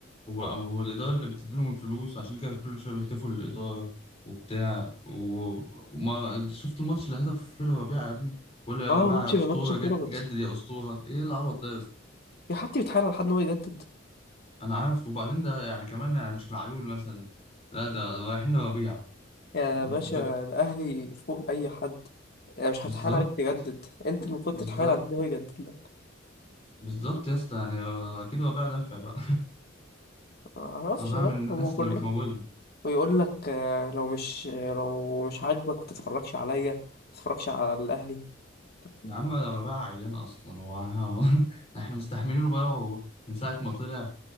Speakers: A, on the left; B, on the left.
A: هو هو الإدارة اللي بتديلهم الفلوس عشان كده كل شوية بيهتفوا للإدارة وبتاع و... وما شفت الماتش اللي هدف فيه ربيعة يا ابني بقول له يا
B: اه
A: ربيعة
B: ماتش
A: يا
B: ماتش
A: أسطورة
B: بيراميدز
A: جد... جدد يا أسطورة إيه العبط ده يا اسطى
B: في حد بيتحايل على حد ان هو يجدد
A: أنا عارف وبعدين ده يعني كمان يعني مش معلول مثلا لا ده رايحين لربيعة
B: يا
A: ب...
B: باشا الاهلي فوق اي حد يعني مش
A: بالظبط
B: هتحاول عليك تجدد انت المفروض
A: بالظبط
B: تتحايل على اللي هو يجدد لك
A: بالظبط يا اسطى يعني آه، أكيد ربيعة دافع بقى
B: ما اعرفش
A: أنا بقى
B: بقى
A: من الناس
B: هو كله
A: اللي بتمولهم
B: ويقول لك آه، لو مش لو مش عاجبك ما تتفرجش عليا ما تتفرجش على الاهلي طب
A: يا عم ده بقى عيان اصلا هو <laughs> احنا مستحملينه بقى هو من ساعه ما طلع